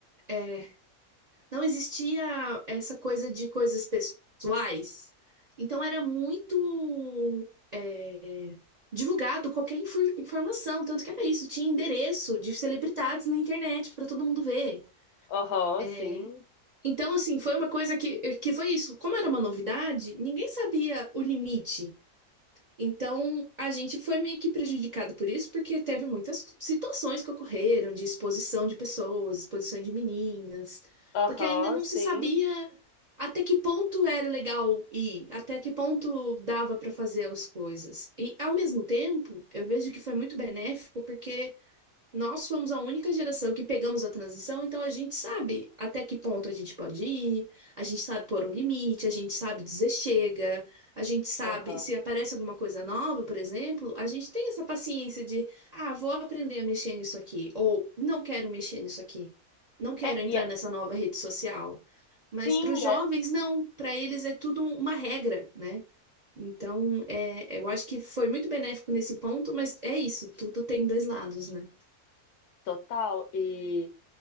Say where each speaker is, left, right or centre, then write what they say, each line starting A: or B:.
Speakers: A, on the right (about 50°); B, on the left (about 85°).
A: é, não existia essa coisa de coisas pessoais. Então era muito. é, divulgado qualquer infor- informação, tanto que era isso, tinha endereço de celebridades na internet para todo mundo ver.
B: Aham,
A: É,
B: sim.
A: então, assim, foi uma coisa que, eh, que foi isso. Como era uma novidade, ninguém sabia o limite. Então, a gente foi meio que prejudicado por isso, porque teve muitas situações que ocorreram de exposição de pessoas, exposição de meninas,
B: Aham,
A: porque ainda não
B: sim.
A: se sabia até que ponto era legal ir, até que ponto dava para fazer as coisas. E, ao mesmo tempo, eu vejo que foi muito benéfico, porque. Nós fomos a única geração que pegamos a transição, então a gente sabe até que ponto a gente pode ir, a gente sabe pôr um limite, a gente sabe dizer chega, a gente sabe
B: Aham.
A: se aparece alguma coisa nova, por exemplo, a gente tem essa paciência de, ah, vou aprender a mexer nisso aqui, ou não quero mexer nisso aqui, não quero
B: É,
A: entrar
B: e é-
A: nessa nova rede social. Mas
B: sim,
A: para os jovens,
B: é
A: não, para eles é tudo um- uma regra, né? Então, é, eu acho que foi muito benéfico nesse ponto, mas é isso, tudo tem dois lados, né?
B: total. E,